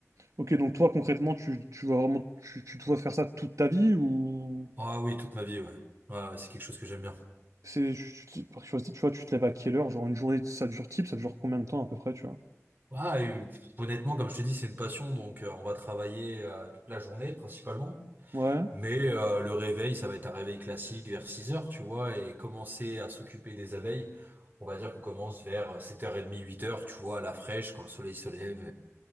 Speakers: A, on the right (about 80°); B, on the right (about 35°).
A: Ok, donc toi concrètement, tu, tu vas vraiment, tu, tu te vois faire ça toute ta vie ou
B: Ah oui, toute ma vie, ouais. Ouais, ouais, c'est quelque chose que j'aime bien.
A: c'est, tu- tu- par curiosité, tu vois, tu te lèves à quelle heure? Genre une journée, ça dure type, ça dure combien de temps à peu près, tu vois?
B: Ouais, et, pff, honnêtement, comme je te dis, c'est une passion, donc euh, on va travailler euh, toute la journée principalement.
A: Ouais.
B: Mais euh, le réveil, ça va être un réveil classique vers 6 heures, tu vois, et commencer à s'occuper des abeilles, on va dire qu'on commence vers 7h30, huit heures, tu vois, à la fraîche, quand le soleil se lève.